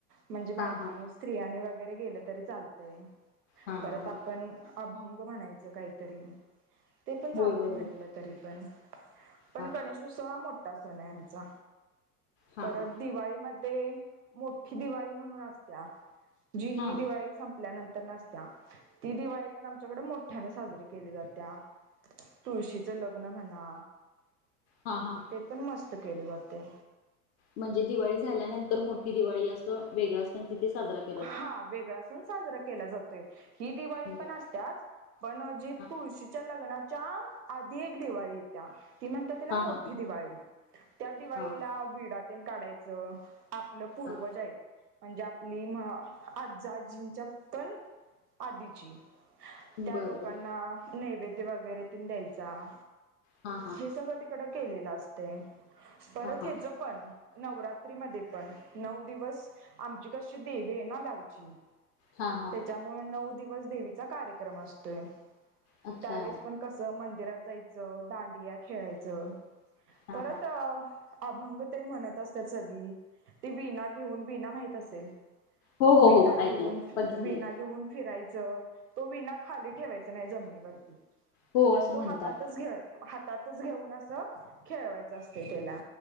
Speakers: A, on the right; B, on the left.
A: म्हणजे बायकांनी
B: हा हा
A: स्त्रियांनी वगैरे गेलं तरी चालतय
B: हा
A: परत
B: हा हा
A: आपण. अभंग म्हणायचं काहीतरी ते पण चालते
B: होय बरोबर
A: म्हटलं तरी पण पण
B: हा
A: गणेशोत्सव हा मोठा सण आहे आमचा
B: हा
A: परत
B: हा
A: दिवाळीमध्ये ते मोठी दिवाळी म्हणून असत्या जी
B: हा
A: ही दिवाळी संप ल्या नंतर नसत्या ती दिवाळी पण आमच्याकडे मोठ्याने साजरी केल्या जात्या, तुळशीच लग्न म्हणा,
B: हा हा.
A: ते पण मस्त केले जाते.
B: म्हणजे दिवाळी झाल्यानंतर मोठी दिवाळी असं वेगळा सण तिथे साजरा के
A: हा वेगळासन साजरा केला जातोय ‌, ही दिवाळी
B: बर.
A: पण असतच. पणजी
B: हा
A: तुळशीच्या लग्नाच्या आधी एक दिवाळी येत्या ती म्हण तला
B: हा
A: मोठी
B: हा
A: दिवाळी त्या दिवाळीला
B: हा हा
A: विडातेन काढायच. आप पूर्वज
B: हा
A: आहेत म्हणजे आप आजजींच्या पण आधीची त्या
B: बर
A: लोकांना
B: बर
A: नैवेद्य वगैरे तेन द्यायचा
B: हा हा
A: हे सगळं तिकड केलेलं असते. परत
B: हा हा
A: हेच पण नवरात्री मध्ये पण नऊ दिवस आ आमची कशी देवी आहे ना गावची,
B: हा हा
A: त्याच्या मुळा नऊ दिवस देवीचा कार्यक्रम असतोच.
B: अच्छा
A: त्यावेळेस पण कसं मंदिरात जायचं दांडिया खेळायचं
B: हा
A: परत
B: हा
A: अ अभंगतेन म्हणत असतात सगळी ती विणा घेऊन विणा माहत असेल.
B: हो हो
A: विणा
B: हो
A: घेऊन,
B: ऐकलंय बघितलंय
A: विणा घेऊन फिरायचं. तो विना खाली ठेवायच नाही जमनीवरती.
B: हो असं
A: तो
B: म्हणतात
A: हातातच घे -हातातच घेऊन असं खेळवायचं असतय त्याला.